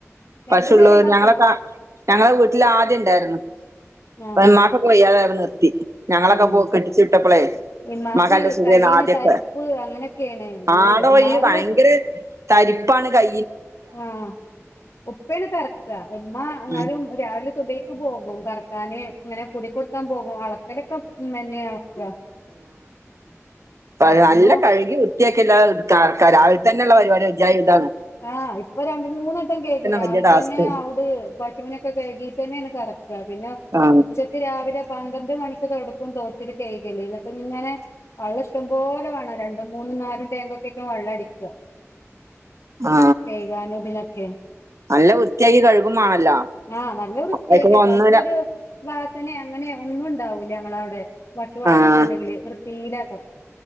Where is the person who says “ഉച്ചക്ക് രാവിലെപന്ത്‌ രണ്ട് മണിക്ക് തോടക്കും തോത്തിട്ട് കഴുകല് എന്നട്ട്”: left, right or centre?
Left